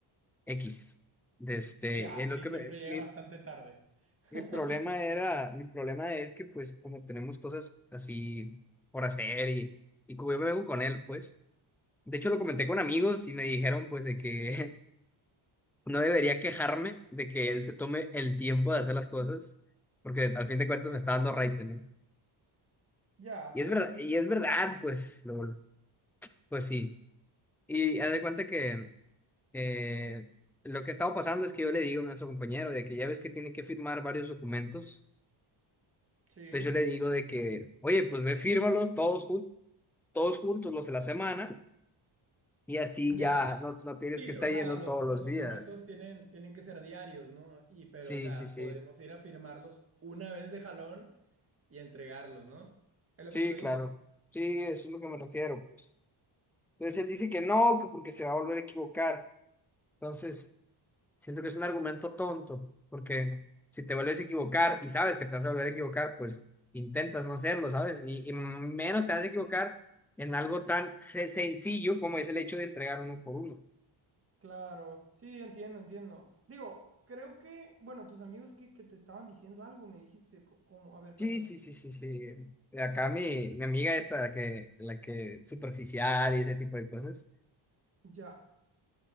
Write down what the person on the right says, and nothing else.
Ya,
sí,
siempre
llega
bastante tarde. <laughs>
Ya,
puede
ser.
Sí.
Ya.
Sí,
o sea,
lo-
los documentos
tienen, tienen que ser diarios, ¿no? Y pero,
o sea,
podemos ir a firmarlos una vez de jalón y entregarlos, ¿no? Es lo
que tú le
dices.
Claro, sí, entiendo, entiendo. Digo, creo que, bueno, tus amigos que, que te estaban diciendo algo, me dijiste, co- como, a ver, cuéntame.
Ya,